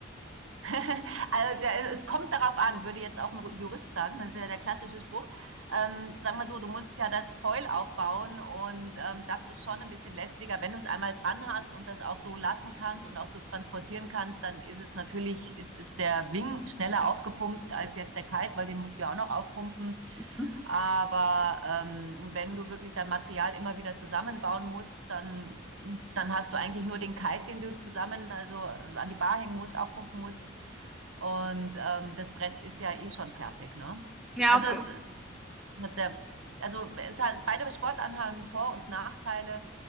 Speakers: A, on the right (about 80°); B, in the centre.
A: <laughs> also da- es kommt darauf an, würde jetzt auch ein Jurist sagen, das ist ja der klassische Spruch. Ähm, sagen wir so, du musst ja das Foil aufbauen und ähm, das ist schon ein bisschen lästiger. Wenn du es einmal dran hast und das auch so lassen kannst und auch so transportieren kannst, dann ist es natürlich, ist, ist der Wing schneller aufgepumpt als jetzt der Kite, weil den musst du ja auch noch aufpumpen.
B: ne?
A: Aber ähm, wenn du wirklich dein Material immer wieder zusammenbauen musst, dann, dann hast du eigentlich nur den Kite, den du zusammen, also äh, an die Bar hängen musst, aufpumpen musst. Und ähm, das Brett ist ja eh schon fertig, ne?
B: Ja,
A: Also
B: okay.
A: es, mit der, also es hat, beide Sportarten haben Vor- und Nachteile.